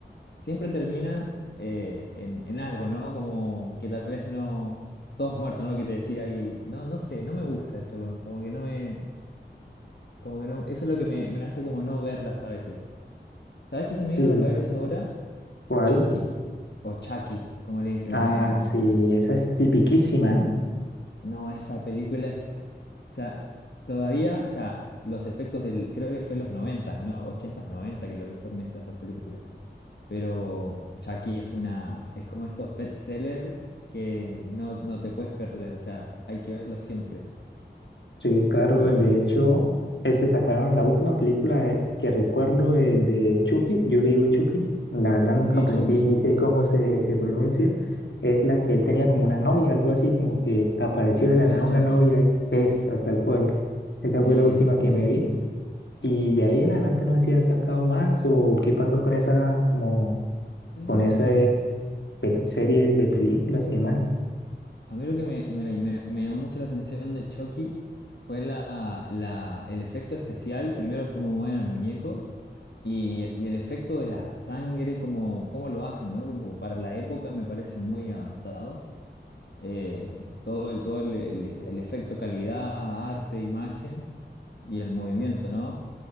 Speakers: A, on the left; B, on the left.
A: siempre terminan eh, en, en algo, ¿no? Como que tal vez no, todos muertos, ¿no? Que te decía y no, no sé, no me gusta eso, como como que no me, como que no, eso es lo que me, me hace como no verlas a veces. ¿Sabes qué se me
B: Sí,
A: vino a la cabeza ahora?
B: ¿cuál?
A: Chucky, o Chucky, como le dicen
B: Ah,
A: en,
B: sí,
A: en-
B: esa es tipiquísima, ¿no?
A: No, esa película es, o sea, todavía, o sea, los efectos del, creo que fue en los noventas no ochentas 90 90, creo que fueron hechas esas películas pero Chucky es una, es como estos best sellers que no, no te puedes perder, o sea, hay que verlo siempre.
B: Sí, claro,
A: Y
B: de hecho, ese sacaron la última película que recuerdo de, de Chucky, yo le digo Chucky, la verdad nunca
A: sí,
B: aprendí
A: Chucky,
B: ni sé cómo se, se pronuncia, es la que él tenía como una novia, algo así, como que apareció
A: la
B: de
A: novia
B: la nada
A: de
B: una
A: Chucky,
B: novia, él, esa tal cual, esa
A: sí,
B: fue la última
A: sí.
B: que me vi, y de ahí en adelante no sé si han sacado más o qué pasó con esa, como,
A: Y no
B: con esa
A: sé,
B: serie de películas y demás.
A: a mí lo que me, me, me- me llamó mucho la atención de Chucky fue la, la, el efecto especial, primero cómo mueven al muñeco. Y, y el efecto de la sangre, como, cómo lo hacen, ¿no? Como para la época me parece muy avanzado. eh, todo el, todo el, el- el efecto calidad, arte, imagen y el movimiento, ¿no?